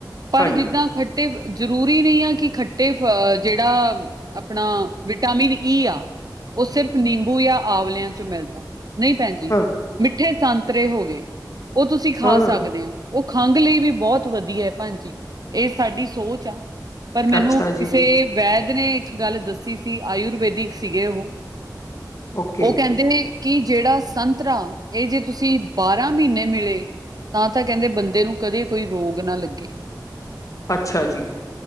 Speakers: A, on the right; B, on the left.
A: ਪਰ
B: ਹਾਂਜੀ
A: ਜਿੱਦਾਂ ਖਟ ਤੇ ਜਰੂਰੀ ਨੀ ਆ ਕਿ ਖੱਟੇ ਫ ਜਿਹੜਾ ਆਪਣਾ ਵਿਟਾਮਿਨ ਈ ਆ, ਉਹ ਸਿਰਫ ਨਿੰਬੂ ਜਾਂ ਆੰਵਲਿਆਂ ਚੋਂ ਮਿਲਦਾ ਨਹੀਂ ਭੈਣਜੀ
B: ਹਾਂ
A: ਮਿੱਠੇ ਸੰਤਰੇ ਹੋ ਗਏ ਉਹ ਤੁਸੀਂ ਖਾ
B: ਹਾਂ
A: ਸਕਦੇ ਓ ਉਹ ਖੰਘ ਲਈ ਵੀ ਬਹੁਤ ਵਧੀਆ ਏ ਭੈਣਜੀ, ਇਹ ਸਾਡੀ ਸੋਚ ਆ ਪਰ ਮੈਨੂੰ
B: ਅੱਛਾ ਜੀ
A: ਕਿਸੇ ਵੈਦ ਨੇ ਇੱਕ ਗੱਲ ਦੱਸੀ ਸੀ ਆਯੁਰਵੈਦਿਕ ਸੀਗੇ ਉਹ
B: ਓਕੇ
A: ਓ ਕਹਿੰਦੇ ਕਿ ਜਿਹੜਾ ਸੰਤਰਾ ਇਹ ਜੇ ਤੁਸੀ ਬਾਰਾਂ ਮਹੀਨੇ ਮਿਲੇ ਤਾਂ ਤਾਂ ਕਹਿੰਦੇ ਬੰਦੇ ਨੂੰ ਕਦੇ ਕੋਈ ਰੋਗ ਨਾ ਲੱਗੇ।
B: ਅੱਛਾ ਜੀ।